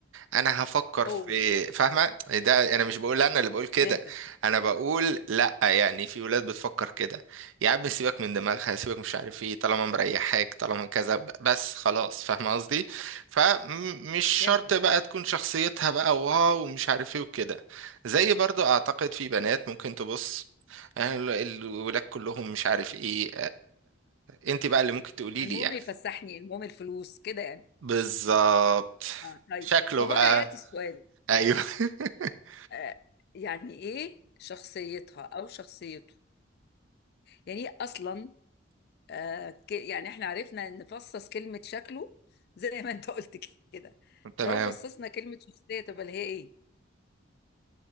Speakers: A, on the right; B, on the left.
A: انا هفكر
B: اوه
A: في فاهمه ده انا مش بقول انا اللي بقول كده
B: فهمتك
A: انا بقول لا يعني في ولاد بتفكر كده يا عم سيبك من دماغها سيبك مش عارف ايه طالما مريحاك طالما كذا ب- بس خلاص فاهمه قصدي فمش شرط
B: فهمتك
A: بقى تكون شخصيتها بقى واو ومش عارف ايه وكده زي برضو اعتقد في بنات ممكن تبص يعني ال- الولاد كلهم مش عارف ايه انت بقى اللي ممكن تقولي
B: المهم
A: لي يعني
B: يفسحني المهم الفلوس كده يعني
A: بالظبط
B: آه. طيب
A: شكله
B: وهنا
A: بقى
B: يأتي السؤال
A: ايوه <laughs>
B: آه يعني ايه شخصيتها او شخصيته يعني ايه اصلا آه ك- يعني احنا عرفنا نفصص كلمة شكله زي ما انت قلت كده
A: تمام
B: لو فصصنا كلمة شخصية تبقى اللي هي ايه